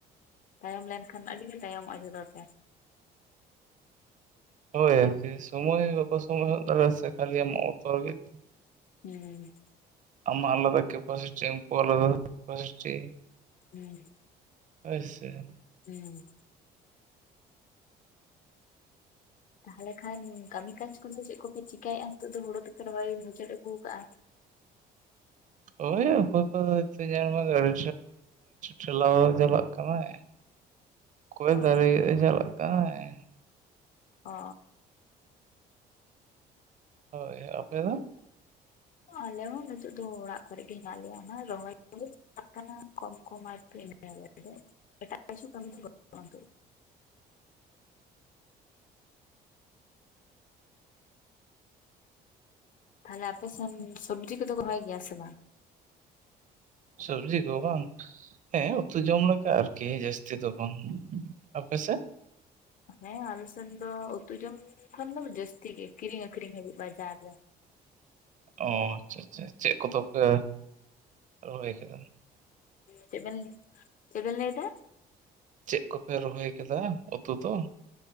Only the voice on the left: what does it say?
ᱛᱟᱭᱚᱢ ᱞᱮᱱᱠᱷᱟᱱ ᱟᱹᱰᱤ ᱜᱮ ᱛᱟᱭᱚᱢᱚᱜᱼᱟ ᱡᱷᱚᱛᱚ ᱛᱮ᱾
ᱦᱩᱸ᱾
ᱦᱩᱸ᱾
ᱦᱩᱸ᱾ ᱛᱟᱦᱚᱞᱮ ᱠᱷᱟᱱ ᱠᱟᱹᱢᱤ ᱠᱟᱡᱽ ᱠᱚᱫᱚ ᱪᱮᱫ ᱠᱚᱯᱮ ᱪᱮᱤᱠᱟᱭᱮᱼᱟ? ᱱᱤᱛᱚᱜ ᱫᱚ ᱦᱩᱲᱳ ᱛᱚᱯᱮ ᱨᱚᱦᱚᱭ ᱢᱩᱪᱟᱹᱫ ᱟᱹᱜᱩ ᱠᱟᱜᱼᱟ᱾
ᱚ
ᱚ᱾
ᱟᱞᱮ ᱦᱚᱸ ᱱᱤᱛᱚᱜ ᱫᱚ ᱚᱲᱟᱜ ᱠᱚᱨᱮᱜ ᱜᱮ ᱦᱮᱱᱟᱜ ᱞᱮᱭᱟ, ᱚᱱᱟ ᱨᱚᱦᱚᱭ ᱠᱚ ᱜᱮ᱾ ᱪᱟᱞᱟᱜ ᱠᱟᱱᱟ ᱠᱚᱢ ᱠᱚᱢ ᱟᱨᱠᱤ ᱩᱱᱟᱹᱜ ᱮ, ᱟᱫᱚ ᱮᱴᱟᱜ ᱠᱤᱪᱷᱩ ᱠᱟᱢᱤ ᱫᱚ ᱵᱟᱱᱩᱜ-ᱟ <inaudible> ᱛᱟᱦᱚᱞᱮ ᱟᱯᱮ ᱥᱮᱱ ᱥᱚᱵᱽᱡᱤ ᱠᱚᱫᱚ ᱠᱚ ᱨᱚᱦᱚᱭ ᱜᱮᱭᱟ ᱥᱮ ᱵᱟᱝ?
ᱚ ᱦᱮᱸ ᱟᱞᱮ ᱥᱮᱫ ᱫᱚ ᱩᱛᱩ ᱡᱚᱢ ᱠᱷᱚᱱ ᱫᱚ ᱡᱟᱹᱥᱛᱤ ᱜᱮ, ᱠᱤᱨᱤᱸᱧ ᱟᱹᱠᱷᱨᱤᱧ ᱦᱟᱹᱵᱤᱡ ᱵᱟᱡᱟᱨ ᱨᱮ᱾
ᱪᱮᱫ ᱵᱮᱱ, ᱪᱮᱫ ᱵᱮᱱ ᱞᱟᱹᱭᱫᱟ?